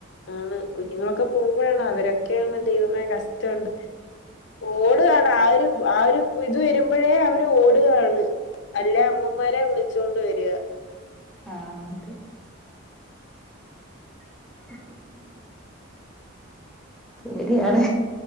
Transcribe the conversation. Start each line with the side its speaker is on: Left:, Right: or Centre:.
Left: ആണ് കുഞ്ഞുങ്ങളൊക്കെ പോകുമ്പോഴാണ് അവരൊക്കെയാണ് ദൈവമെ കഷ്ടമുണ്ട് ഓടു കയാണ് ആര് ആ ഒരു ഇത് വരുമ്പോഴേ അവര് ന്റെ ഓടുകാണ് അല്ലേ അമ്മമാരെ വിളിച്ചൊണ്ട് വരിക
Centre: ആഹ് അത് <inaudible> പേടിയാണ്